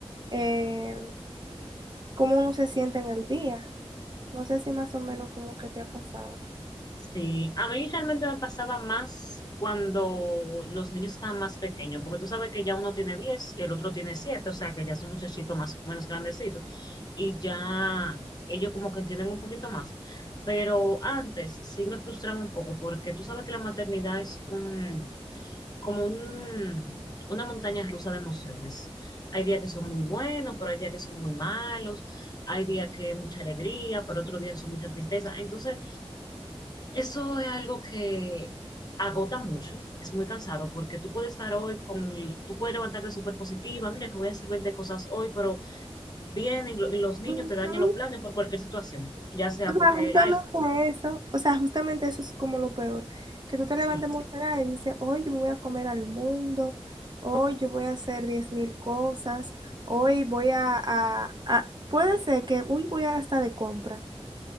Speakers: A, on the right (about 45°); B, on the left (about 40°).
A: eh, cómo uno se siente en el día. No sé si más o menos como que te ha pasado.
B: Sí, a mí realmente me pasaba más cuando los niños estaban más pequeños, porque tú sabes que ya uno tiene 10 y el otro tiene 7, o sea que ya son muchachitos más o menos grandecitos y ya ellos como que entienden un poquito más. Pero antes sí me frustraba un poco porque tú sabes que la maternidad es un, como un, una montaña rusa de emociones. Hay días que son muy buenos, pero hay días que son muy malos, hay días que hay mucha alegría, pero otros días son mucha tristeza. Entonces, eso es algo que agota mucho, es muy cansado, porque tú puedes estar hoy con, tú puedes levantarte súper positiva, mira que voy a hacer 20 cosas hoy, pero vienen y lo- y los niños
A: Ujú.
B: te dañan los planes por cualquier situación, ya sea
A: O
B: porque,
A: sea, justamente
B: ay,
A: eso, o sea, justamente eso es como lo peor, que tú te levantes
B: sí,
A: muy temprano y dices, hoy yo me voy a comer al mundo, hoy yo voy a hacer diez mil cosas, hoy voy a, a- a- puede ser que, hoy voy a hasta de compra,